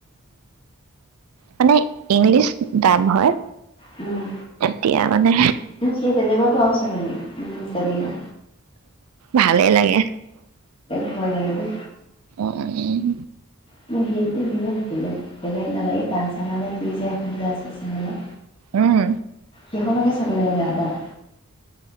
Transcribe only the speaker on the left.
উম।
সেই তেনেকুৱাতো আৰু চাগেিনো।
ভয় লাগে দে।
<unintelligible> কিয় নালাগে পানশনাৰে কিজে। গাছ আছে মানে।
সেইখনকে চাবলে ম ইবেয়া পাওঁ।